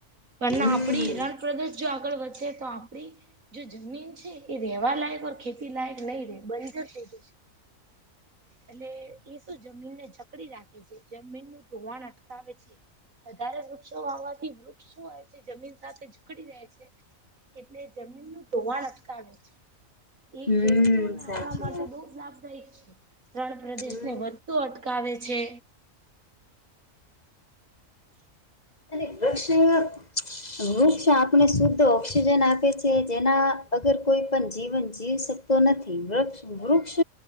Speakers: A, on the right; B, on the left.
A: પણ
B: હમ્મ.
A: આપડી રણપ્રદેશ જો આગળ વધે તો આપણી જો જમીન છે. એ રેવાલાયક ઓર ખેતી લાયક નહી ર બંજર જ થઈ જશે એટલે એ શું જમીનને જકડી રાખે છે. જમીનનું ધોવાણ અટકાવે છે. વધારે વૃક્ષો વાવાથી વૃક્ષ શું આવે છે. જમીન સાથે ઝકડી રહે છે. એટલે જમીનનુંું ધોવાણ અટકાવે છે. એ
B: હમ્મ.
A: ખેડૂતોને
B: સાચી
A: આપણા માટે
B: વાત.
A: બહુ જ લાભદાયક છે. ત્રણ પ્રદેશને
B: હમ્મ.
A: વધુ શું અટકાવે છે. <inaudible>
B: અનેને વૃક્ષ એ વૃક્ષ આપણે શુદ્ધ ઓક્સિજન આપે છે. જેના અગર કોઈ પણ જીવન જીવ શકતુ? તો નથી વૃક્ષ વૃક્ષ